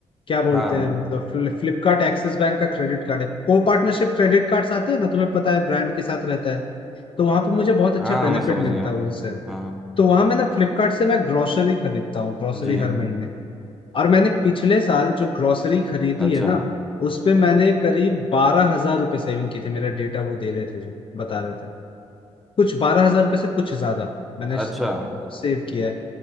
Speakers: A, on the left (about 45°); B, in the centre.
A: क्या बोलते
B: हाँ
A: हैं मतलब फ्लिपकार्ट एक्सिस बैंक का क्रेडिट कार्ड है को पार्टनरशिप क्रेडिट कार्ड्स आते हैं ना तुम्हें पता है ब्रांड के साथ रहता है तो वहां पे मुझे बहुत अच्छा
B: हाँ
A: बेनिफिट
B: मैं समझ गया
A: मिलता है उनसे
B: हाँ
A: तो वहां मैं ना फ्लिपकार्ट से मैं ग्रोसरी खरीदता हूँ ग्रोसरी
B: जी
A: हर महीने और मैंने पिछले साल जो ग्रोसरी खरीदी
B: अच्छा
A: है ना उस पे मैंने करीब बारह हजार रुपये सेविंग की थी मेरा डेटा वो दे रहे थे जो बता रहे थे कुछ बारह हजार रुपये से कुछ ज्यादा मैंने
B: अच्छा
A: सेव किया है